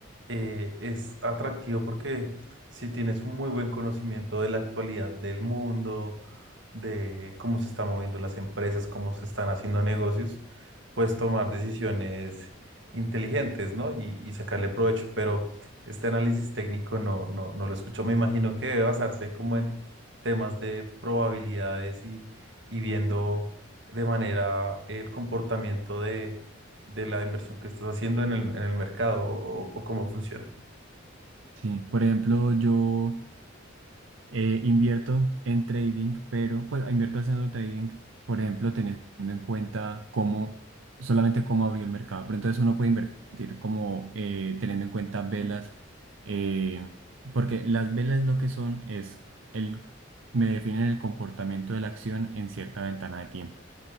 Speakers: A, on the right; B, on the right.
A: eh, es atractivo porque si tienes un muy buen conocimiento de la actualidad del mundo, de cómo se están moviendo las empresas, cómo se están haciendo negocios, pues tomar decisiones inteligentes, ¿no? Y, y sacarle provecho. Pero este análisis técnico no, no, no lo escucho. Me imagino que debe basarse como en temas de probabilidades y, y viendo de manera el comportamiento de, de la inversión que estás haciendo en el, en el mercado o o cómo funciona.
B: Sí, por ejemplo, yo... eh, invierto en trading, pero pues invierto haciendo trading, por ejemplo, teniendo en cuenta cómo, solamente cómo abrió el mercado. Pero entonces uno puede invertir como eh, teniendo en cuenta velas, eh, porque las velas lo que son es el, me definen el comportamiento de la acción en cierta ventana de tiempo.